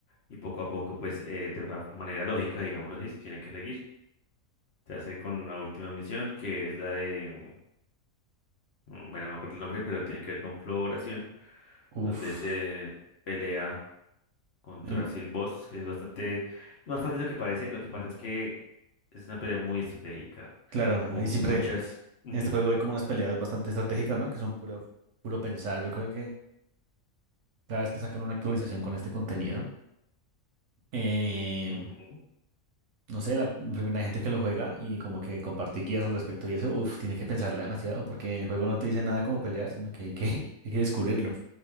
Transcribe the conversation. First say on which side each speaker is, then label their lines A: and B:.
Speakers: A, on the left; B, on the right.
A: y poco a poco pues eh, de una manera lógica, digámoslo así, se tienen que seguir. Se hace con la última misión que es la de, mm, bueno, no me acuerdo el nombre, pero tiene que ver con floración,
B: Uf,
A: donde se pelea contra
B: em,
A: Silboss, que es bastante más fácil de lo que parece. Lo que pasa es que es una pelea muy estratégica,
B: claro,
A: como
B: ahí siempre
A: muchas...
B: en
A: Ujú,
B: este juego hay como unas peleas bastante estratégicas, ¿no? Que son puro, puro pensar. Yo creo que cada vez que sacan una actualización con este contenido, em,
A: ujú.
B: no sé, la primera gente que lo juega y como que comparte guías al respecto y eso, uf, tiene que pensarla demasiado porque el juego no te dice nada como pelear, sino que hay que, <laughs> hay que descubrirlo.